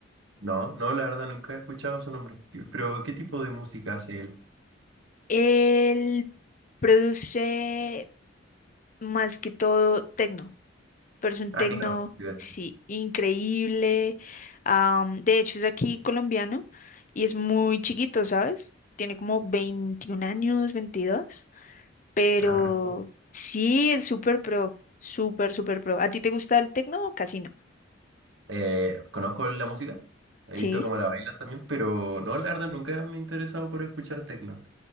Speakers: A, on the right (about 70°); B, on the left (about 40°).
A: No, no, la verdad nunca he escuchado su nombre. ¿Qué- Pero, ¿qué tipo de música hace él?
B: Él produce más que todo tecno, pero es un
A: Ah,
B: tecno,
A: claro. <laughs>
B: sí, increíble. Am, de hecho, es aquí colombiano y es muy chiquito, ¿sabes? Tiene como 21 años, 22, pero
A: Ah,
B: sí, es súper pro, súper, súper pro. ¿A ti te gusta el tecno o casi no?
A: Eh, conozco la música, he
B: Sí.
A: visto cómo la Ujú. bailan también, pero no, la verdad nunca me he interesado por escuchar techno.